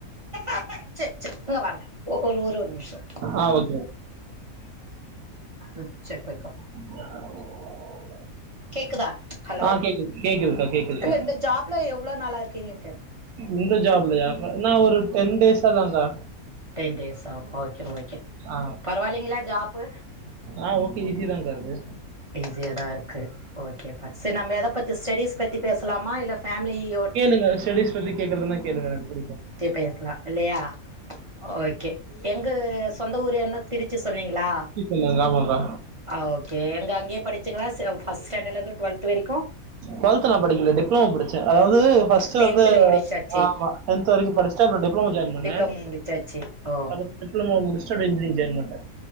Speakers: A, on the right (about 35°); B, on the right (about 80°).
A: ஆ செ செ இங்க வாங்க ஒ ஒரே ஒரு நிமிஷோ
B: ஆ ஓக்
A: ம் செரி போய்க்கோ
B: <inaudible>
A: கேக்குதா ஹலோ
B: ஆ கேக்குது கேக்குதுக்கா கேக்குதுக்கா
A: இல்ல இந்த ஜாப்ல எவ்ளோ நாளா இருக்கீங்கன்னு கேட்
B: இந்த ஜாப்லயா நா ஒரு டென் டேஸா தாக்கா
A: டென் டேஸ் ஆ ஓகே ஓகே
B: ஆ
A: பரவாயில்லைங்களா ஜாப்பு
B: ஆ ஓகே ஈசிதாக்கா இது
A: ஈஸியா தா இருக்கு ஓகேப்பா செரி நம்ம எத பத்தி ஸ்டஸ் பத்தி பேசலாமா இல்ல ஃமிலியோ
B: இல்லங்க ஸ்டடிஸ் பத்தி கேக்குறதுன்னா கேளுங்க எனக்கு புடிக்கு
A: பேசலா இல்லையா ஓகே எங்க சொந்த ஊர் என்ன திருச்சி சொன்னீங்களா
B: எங்கலள்து கிராமோகா
A: ஆ ஓகே எங்க அங்கே படிச்சுங்களா ஃபஸ்ட் ஸ்டாண்டர்ட்ல இருந்து டுவெல்த் வரைக்கு
B: டுவெல்த் நா படிக்கல டிப்ளோமா முடிச்சே அதாவது ஃபஸ்ட்
A: டென்த்துல
B: வந்து
A: முடிச்சாச்சு
B: ஆமா டென்த் வரைக்கு படிச்சிட்டு அப்றோ டிப்ளோமா ஜாயின் பண்ணே
A: டிப்ளமோ முடிச்சாச்சு ஓ
B: <unintelligible> டிப்ளமோ முடிச்சுட்டு அப்டியே இன்ஜினியரிங் ஜாயின் பண்டே